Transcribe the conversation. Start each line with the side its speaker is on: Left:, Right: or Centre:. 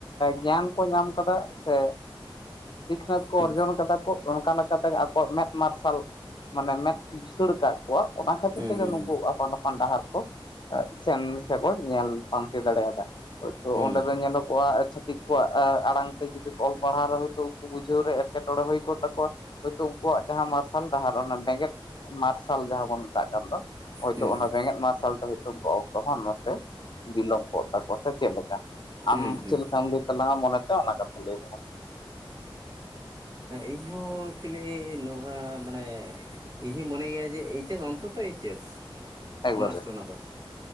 Left: ᱜᱮᱭᱟᱱ ᱧᱟᱢ ᱠᱮᱫᱟ ᱥᱮ ᱥᱤᱠᱷᱱᱟᱹᱛ ᱠᱚ
Right: ᱦᱩᱸ
Left: ᱚᱨᱡᱚᱱ ᱟᱠᱟᱫᱟ ᱚᱱᱠᱟ ᱞᱮᱠᱟ ᱛᱮᱜᱮ ᱟᱠᱚᱣᱟᱜ ᱢᱮᱫ ᱢᱟᱨᱥᱟᱞ ᱢᱟᱱᱮ ᱢᱮᱫ ᱵᱷᱩᱥᱟᱹᱲ ᱠᱟᱜ ᱚᱱᱟ ᱠᱷᱟᱹᱛᱤᱨ
Right: ᱦᱩᱸ
Left: ᱛᱮᱜᱮ
Right: ᱦᱩᱸ
Left: ᱱᱩᱠᱩ
Right: ᱦᱩᱸ
Left: ᱟᱯᱟᱱ ᱟᱯᱤᱱ ᱰᱟᱦᱟᱨ ᱠᱚ ᱪᱤᱥ ᱠᱚ ᱧᱮᱞ ᱯᱟᱢᱛᱮ ᱫᱟᱲᱮᱭᱟᱫᱟᱼᱟ ᱦᱳᱭᱛᱚ
Right: ᱦᱩᱸ
Left: ᱚᱸᱰᱮ ᱵᱤᱱ ᱧᱮᱞ ᱠᱚᱣᱟ ᱪᱷᱟᱛᱤᱠ ᱠᱚᱣᱟᱜ ᱟᱲᱟᱝ ᱛᱮ ᱡᱩᱫᱤ ᱚᱞ ᱯᱟᱲᱦᱟᱣ ᱨᱮ ᱩᱱᱠᱩ ᱵᱩᱡᱷᱟᱹᱣ ᱨᱮ ᱮᱴᱠᱮᱴᱚᱬᱮ ᱦᱩᱭ ᱠᱚᱜ ᱛᱟᱠᱚᱣᱟ ᱦᱳᱭᱛᱳ ᱩᱱᱠᱩᱣᱟᱜ ᱡᱟᱦᱟᱸ ᱢᱟᱨᱥᱟᱞ ᱰᱟᱦᱟᱨ ᱚᱱᱟ ᱵᱮᱸᱜᱮᱫ ᱢᱟᱨᱥᱟᱞ ᱡᱟᱦᱟᱸ ᱵᱚᱱ ᱢᱮᱛᱟᱜ ᱠᱟᱱ ᱫᱚ ᱦᱚᱭᱛᱳ
Right: ᱦᱩᱸ
Left: ᱚᱱᱟ
Right: ᱦᱩᱸ
Left: ᱵᱮᱸᱜᱮᱫ ᱢᱟᱨᱥᱟᱞ ᱛᱮᱭ ᱩᱱ ᱚᱠᱛᱚ ᱦᱚᱸ ᱱᱚᱛᱮ ᱵᱤᱞᱚᱢ ᱠᱚᱜ ᱛᱟᱠᱚ-ᱟ ᱥᱮ ᱪᱮᱫ ᱞᱮᱠᱟ ᱟᱢ
Right: ᱦᱩᱸ ᱦᱩᱸ
Left: ᱪᱮᱫ ᱞᱮᱠᱟᱢ ᱞᱟᱹᱭ ᱛᱟᱞᱟᱝᱟ ᱢᱚᱱᱮᱛᱮ ᱚᱱᱟ ᱠᱟᱛᱷᱟ ᱞᱟᱹᱭ
Right: ᱤᱧ ᱦᱚᱸ ᱮᱠᱪᱩᱞᱤ ᱱᱚᱣᱟ ᱦᱚᱸ ᱢᱟᱱᱮ ᱤᱧ ᱦᱚᱧ ᱢᱚᱱᱮ ᱜᱮᱭᱟ ᱡᱮ ᱮᱭᱤᱪ ᱮᱥ ᱚᱱᱛᱚᱛᱚ ᱮᱭᱤᱪ ᱮᱥ
Left: ᱮᱠᱵᱟᱨᱮ
Right: ᱢᱟᱥᱴ ᱚᱱᱟ ᱫᱚ